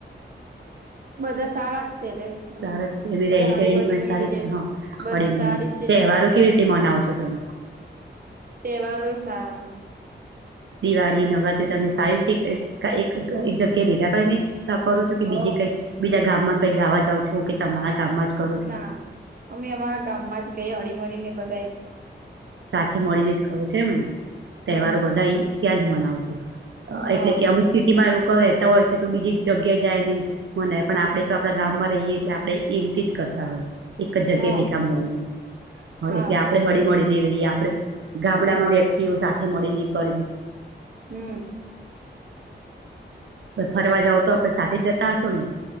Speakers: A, on the right (about 50°); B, on the right (about 80°).
A: બધા સારા છે રે
B: સારા
A: એમ
B: જ છે એની
A: બધા
B: રહેણી
A: હારી
B: કરણી
A: ભરીને
B: પણ સારી
A: રહીએ
B: હ
A: બધી
B: હળી મળી
A: સારી છે
B: તહેવારો
A: કાયમે
B: કેવી રીતે મનાવો છો કદમ
A: તહેવારો એ સારા
B: દિવાળી નવરાત્રી તમે સારી રીતે એક એક જગ્યાએ ભેગા કરીને કરો છો કે
A: હો
B: બીજે કઈ બીજા ગામમાં કઈ ગાવા જાવ છો કે તમારા ગામમાં જ કરો છો
A: ના અમે અમારા ગામમાં જ ગઈ હળીમરી ને બધા
B: સાથે મળીને જ ક છે એમને તહેવારો
A: હમ
B: બધા ત્યાં જ મનાવો છો
A: હા
B: એટલે કે અમુક સિટી માં લોકો રહેતા હોય છે તો બીજી એક જગ્યા જાય ને મનાય પણ આપણે તો આપણા ગામમાં રહીએ એટલે આપણે એ રીતે જ કરતા હોય એક જ જગ્યા
A: હા
B: ભેગા મળે ને હ
A: હા
B: એટલે આપડે હળી મળી રહીએ આપણે ગામડામાં વ્યક્તિઓ સાથે મળીને કરે
A: હમ્મ
B: બ ફરવા જઓ તો આપણે સાથે જ જતા હશો ને